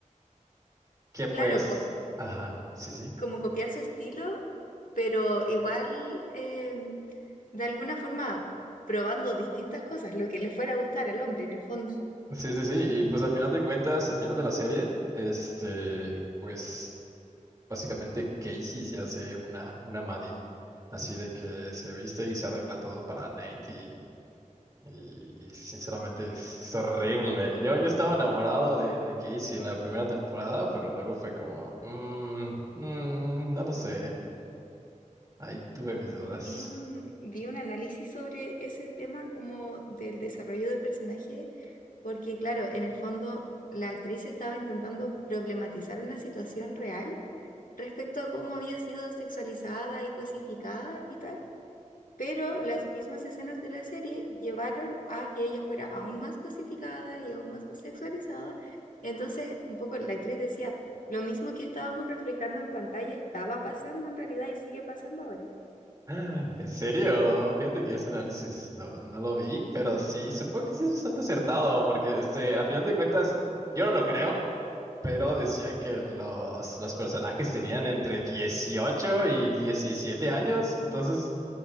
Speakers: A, on the right (about 25°); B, on the left (about 85°).
A: que pues,
B: Claro, co-
A: ajá, sí, sí.
B: como copiar su estilo, pero igual eh, de alguna forma probando distintas cosas, lo que le fuera a gustar al hombre en el fondo.
A: Sí, sí, sí. Y pues al final de cuentas, al final de la serie, este, pues básicamente Casey se hace una, una Maddie. Así de que se viste y se arregla todo para Nate y, y, y sinceramente es, es horrible. Yo, yo estaba enamorado de, de Casey en la primera temporada, pero luego fue como, "Mm, mm, no lo sé. Ahí tuve mis dudas.
B: Vi un, vi un análisis sobre ese tema como del desarrollo de personaje, porque claro, en el fondo la actriz estaba intentando problematizar una situación real respecto a cómo había sido sexualizada y cosificada y tal, pero las mismas escenas de la serie llevaron a que ella fuera aún más cosificada y aún más sexualizada. Entonces, un poco la actriz decía, lo mismo que estábamos reflejando en pantalla estaba pasando en realidad y sigue pasando ahora.
A: Ah, ¿En serio? Fíjate que ese análisis no, no lo vi, pero sí, supongo que sí es bastante acertado, porque este, a final de cuentas, yo no lo creo, pero decían que los, los personajes tenían entre 18 y diecisiete años, entonces